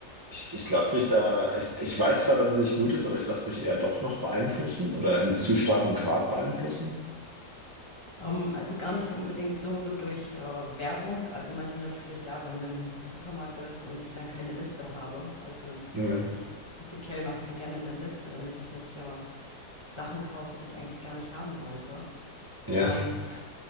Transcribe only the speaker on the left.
ähm, also gar nicht unbedingt so durch äh, Werbung. Also manchmal natürlich ja, wenn man im Supermarkt ist und ich dann keine Liste habe. Also
prinzip, prinzipiell mache ich mir gerne eine Liste, damit ich nicht äh, Sachen kaufe, die ich eigentlich gar nicht haben wollte.
Ähm,